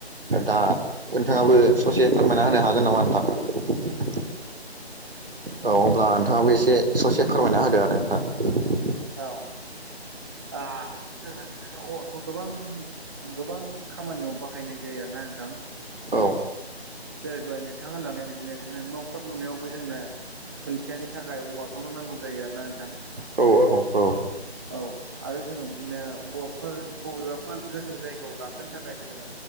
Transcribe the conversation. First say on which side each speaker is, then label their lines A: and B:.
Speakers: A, on the right; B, on the right.
A: दा नोंथाङाबो ससे फोरमायना होनो हागोन नामा नोंथां? औ होनब्ला नोंथाङाबो एसे ससे फोरमायना होदो आरो नोंथां।
B: औ ओ जोंहा बिदिनो औवाखौ गोबां गोबां खामानियाव बाहायनाय जायो आरो ना नोंथां
A: औ
B: जेरै दहाय नोंथाङा होनलांनाय बादिनो‌ बिदिनो न' खर लुनायावबो जोंनो खुन्थियानि थाखाय औवाखौनो नांगौ जायो आरोना नोंथां।
A: औ औ औ
B: औ आरो जोङो बिदिनो बवाफोर बबेबाफोर गोजौ जायगायाव गाखोनो थाखाय जोङो